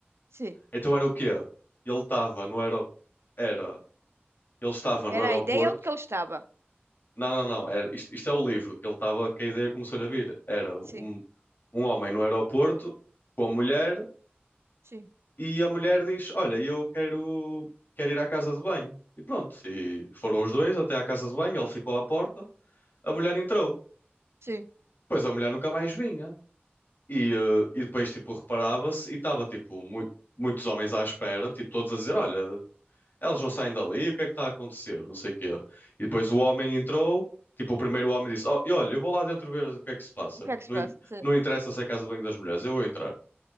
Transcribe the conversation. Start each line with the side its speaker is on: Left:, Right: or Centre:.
Right: sim.
Left: Então era o quê? Ele estava no aero... era, ele estava no
Right: Era
Left: aeroporto
Right: a ideia onde que ele estava.
Left: Não, não, não. Era, isto, isto é o livro que ele estava, que a ideia começou-lhe a vir. Era um,
Right: Sim,
Left: um homem no aeroporto com a mulher
Right: sim,
Left: e a mulher diz: Olha, eu quero, quero ir à casa de banho. E pronto. E foram os dois até à casa de banho, ele ficou à porta, a mulher entrou.
Right: sim.
Left: Pois a mulher nunca mais vinha. E, eh, e depois, tipo, reparava-se e estava, tipo, mui- muitos homens à espera, tipo, todos a dizer: Olha, Eles não saem dali, o que é que está a acontecer? Não sei o quê. E depois o homem entrou, tipo, o primeiro homem disse: oh, e olha, eu vou lá dentro ver o que é que se passa.
Right: O que é que
Left: Não,
Right: se passa?
Left: in-
Right: Sim.
Left: não interessa se é a casa de banho das mulheres, eu vou entrar.